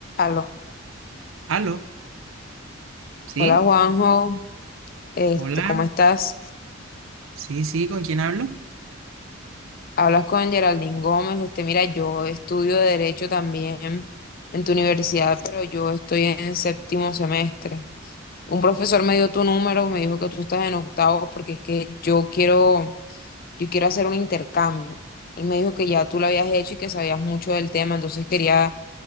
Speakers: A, on the left (about 45°); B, on the right (about 75°).
A: Aló.
B: Aló, ¿sí?
A: Hola Juanjo, este,
B: Hola,
A: ¿cómo estás?
B: sí, sí, ¿con quién hablo?
A: Hablas con Geraldine Gómez, usted mira, yo estudio Derecho también en tu universidad, pero yo estoy en séptimo semestre. Un profesor me dio tu número, me dijo que tú estás en octavo porque es que yo quiero, yo quiero hacer un intercambio. Él me dijo que ya tú lo habías hecho y que sabías mucho del tema, entonces quería